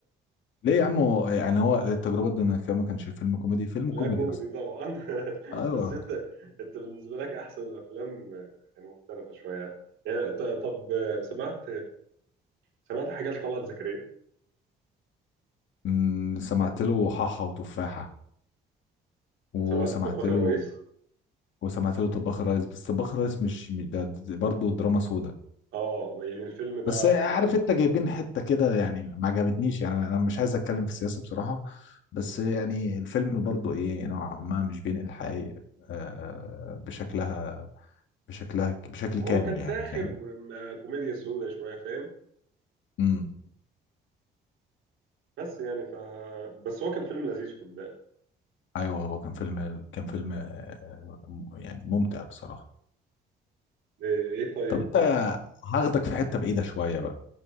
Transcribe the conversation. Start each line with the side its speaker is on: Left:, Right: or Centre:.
Left: ليه يا عم هو يعني هو التجربة دي ما كانش فيلم كوميدي فيلم
Right: لا
Left: كوميدي
Right: كوميدي
Left: أصلا
Right: طبعا <laughs>
Left: أيوه
Right: بس انت انت بالنسبه لك احسن الافلام يعني مختلفه شويه يعني ط- طب سمعت سمعت حاجه لطلعت زكريا
Left: أمم، سمعت له حاحة وتفاحة وسمعت
Right: سمعت طباخ
Left: له
Right: الرئيس
Left: وسمعت له طباخ الريس بس طباخ الريس مش مش- ده ده برضه دراما سودا
Right: اه يعني الفيلم ده
Left: بس عارف انت جايبين حتة كده يعني ما عجبتنيش يعني انا مش عايز اتكلم في السياسة بصراحة بس يعني الفيلم برضه ايه نوعا ما مش بينقل الحقيقة آه، بشكلها بشكلها بشكل
Right: هو
Left: كامل
Right: كان
Left: يعني
Right: ساخر
Left: فاهم
Right: م- كوميديا سودة شويه فاهم
Left: امم
Right: بس يعني ف بس هو كان فيلم لذيذ خد بالك
Left: ايوه هو كان فيلم كان فيلم آه، م- يعني ممتع بصراحه
Right: ايه إيه طيب
Left: طب انت
Right: ال-
Left: هاخدك في حته بعيده شويه بقى